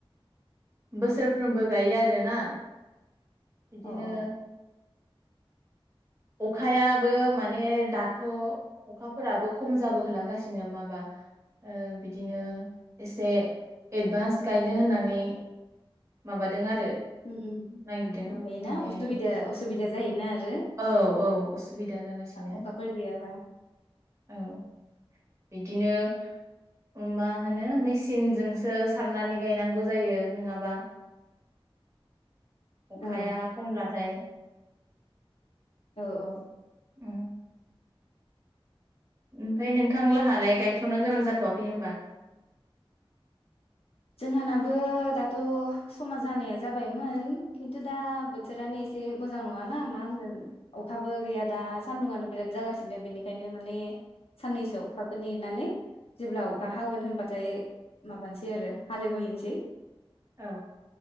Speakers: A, on the right; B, on the left.
A: बोसोरफ्रोमबो गायो आरोना बिदिनो
B: औ औ
A: अखायाबो माने दाथ' अखाफोराबो खम जाबो होलांगासिनो माबा अ बिदिनो एसे एडभान्स गायनो होननानै माबादों आरो
B: ओम ओम
A: नागिरदों
B: माबायोना
A: माने
B: उसुबिदा उसुबिदा जायोना आर
A: औ औ उसुबिदा जागासिनो
B: अखाफोर गैयाबा
A: औ बिद बिदिनो मा होनो मेसिनजोंसो सारनानै गायनांगौ जायो नङाबा अखाया
B: औ
A: खमब्लाथाय
B: औ औ
A: उम ओमफ्राय नोंथां लाहालाय गायथ'नो गोनां जाथ'वाखै होमबा?
B: जोंहानाबो दाथ' समाज जानाया जाबायमोन खिन्थु दा बोथोरानो एसे मोजां नङाना मा होनगोन अखाबो गैया दा सान्दुंङआनो बिराद जागासिनो बेनिखायनो माने साननैसो अखाखौ नेनानै जेब्ला अखा
A: औ
B: हागोन होनबाथाय माबानोसै आरो हालो बोहैनोसै
A: औ